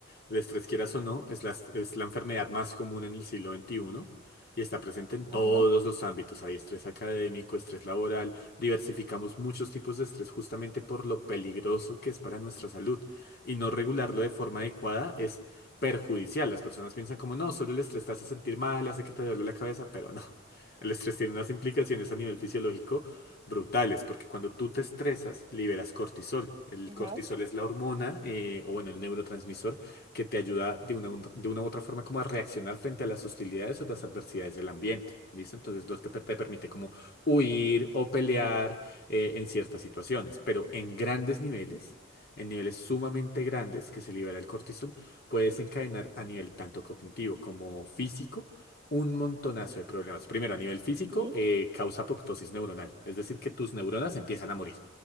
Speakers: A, on the left; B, on the right.
A: El estrés, quieras o no, es la, es la enfermedad más común en el siglo veintiuno y está presente en todos
B: Ajá,
A: los ámbitos. Hay estrés académico, estrés laboral, diversificamos muchos tipos de estrés justamente por lo peligroso que es para nuestra salud y no regularlo de forma adecuada es perjudicial. Las personas piensan como, no, solo el estrés te hace sentir mal, hace que te duele la cabeza, pero no. El estrés tiene unas implicaciones a nivel fisiológico brutales, porque cuando tú te estresas, liberas cortisol. El
B: ajá,
A: cortisol es la hormona, eh, o bueno, el neurotransmisor, que te ayuda de una, de una u otra forma como a reaccionar frente a las hostilidades o las adversidades del ambiente. ¿Listo? Entonces, lo que te te permite como huir o pelear eh, en ciertas situaciones, pero en grandes niveles, en niveles sumamente grandes que se libera el cortisol, puede desencadenar a nivel tanto cognitivo como físico un montonazo de problemas. Primero, a nivel físico,
B: sí.
A: eh, causa apoptosis neuronal, es decir, que tus neuronas empiezan a morir,